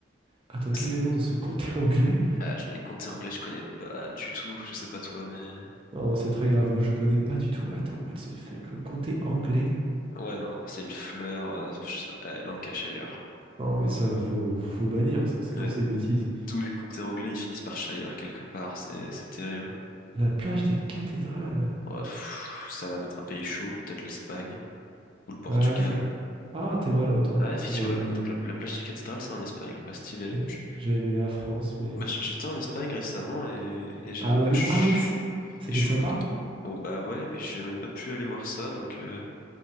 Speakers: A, on the right; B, on the left.
A: Attends, quel
B: C'est-
A: est le nom de ce comté anglais?
B: Ah, je- les comtés anglais, je connais pas du tout, je sais pas toi, mais...
A: Non, non, c'est très grave. Moi, je connais pas du tout. Attends, what the fuck? Le comté anglais?
B: Ouais, non, c'est une fleur, euh, je sais pas, euh, Lancashire.
A: Non, mais ça, faut, faut bannir ça. C'est
B: Ouais,
A: quoi ces bêtises?
B: tous les comtés anglais, ils finissent par Shire quelque part, c'est c'est terrible.
A: La plage des cathédrales.
B: Ouais, pff, ça a l'air d'être un pays chaud, peut-être l'Espagne ou le Portugal.
A: Ah ouais, c'est. Ah, t'es malin, toi.
B: Ah, ouais, effectivement,
A: J'avais
B: la,
A: mis.
B: donc la, la plage des cathédrales, c'est en Espagne. Bah, stylé.
A: j'ai-
B: Je-
A: J'avais mis la France, mais.
B: bah, j'- j'étais en Espagne récemment et, et j'ai.
A: Ah bah oui,
B: pff,
A: ah oui, c- c'était
B: Et je,
A: sympa.
B: oh, bah ouais, mais j'ai même pas pu aller voir ça, donc euh,